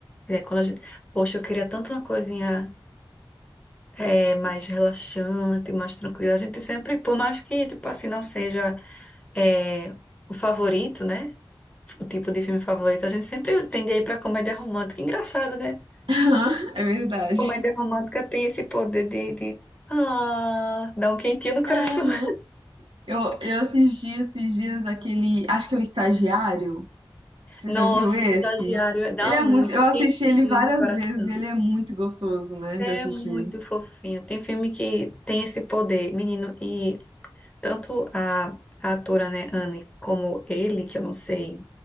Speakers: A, on the left; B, on the right.
A: é, quando a gente, poxa, eu queria tanto uma coisinha é, mais relaxante, mais tranquila. A gente sempre, por mais que, tipo assim, não seja é, o favorito, né? O tipo de filme favorito, a gente sempre tende a ir pra comédia romântica. Engraçado, né?
B: <laughs> É verdade.
A: Comédia romântica tem esse poder de, de ah, dar um quentinho no coração.
B: É, né?
A: <laughs>
B: Eu, eu assisti esses dias aquele. Acho que é o Estagiário. Você
A: Nossa,
B: já viu esse?
A: o estagiário dá
B: Ele é
A: muito
B: muito. Eu assisti
A: quentinho
B: ele várias
A: no coração.
B: vezes e ele é muito gostoso, né?
A: É
B: De assistir.
A: muito fofinho. Tem filme que tem esse poder, menino, e tanto a, a atora, né, Anne, como ele, que eu não sei